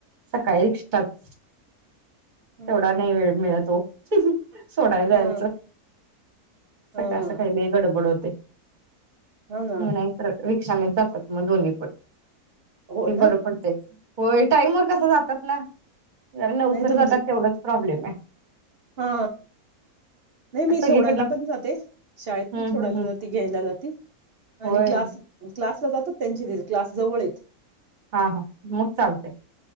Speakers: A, on the right (about 35°); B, on the right (about 55°).
A: सकाळी <inaudible> तेवढा
B: हम्म
A: नाही वेळ मिळत ओ सोडायला जायचं
B: हम्म हम्म
A: सकाळ सकाळी लई गडबड होते.
B: हा ना
A: हम्म नाही रिकव चालत जातात. मग दोन्ही पण
B: हो
A: हे
B: ना
A: बरं पडतय. होय टाईम वर कस जातात ना? जरा लवकर
B: नाही तुमच
A: जातात, तेवढंच प्रॉब्लेम आहे.
B: हा नाही मी
A: सगळीकडनं
B: सोडायला पण जाते शाळेत
A: हम्म
B: सोडायला
A: हम्म हम्म
B: जाते घ्यायला जाते
A: होय
B: आणि क्लास क्लास जातात त्यांच ते क्लास जवळ ए‌
A: हा हा मग चालतय